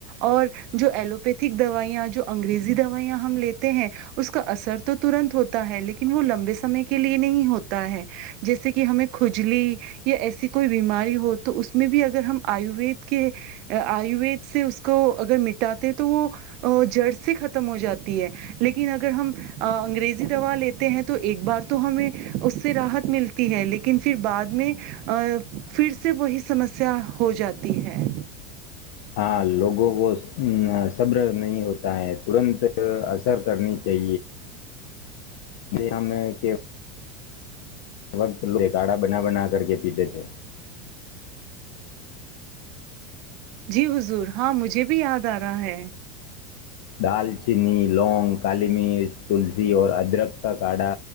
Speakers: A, on the right (about 45°); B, on the left (about 60°).
A: اور جو ایلوپیتھک دوائیاں جو انگریزی دوائیاں ہم لیتے ہیں اس کا اثر تو تنت ہوتا لیکن وہ لمبے سمے کے لیے نہیں ہوتا ہے جیسے کہ ہمیں کھجلی یا ایسی کوئی بیماری ہو تو اس میں بھی اگر ہم آیوید کے آیوید سے اس کو اگر مٹاتے تو وہ جڑ سے ختم ہو جاتی ہے لیکن اگر ہم انگریز دوا لیتے ہیں تو ایک بار تو ہمیں اس سے راحت ملتی ہے لیکن پھر بعد میں پھر سے وہی سمسیا ہو جاتی ہے
B: ہاں لوگوں کو صبر نہیں ہوتا ہے ترنت اثر کرنی جے جی میں کہ ہر وقت لوگ ایک کاڑھا بنا بنا کر کےے پیتے تھے
A: جی حضور ہاں مجھے بھی یاد آ رہا ہے
B: دال چینی لونگ کالی مرچ تلسی اور ادرک کا کاڑھا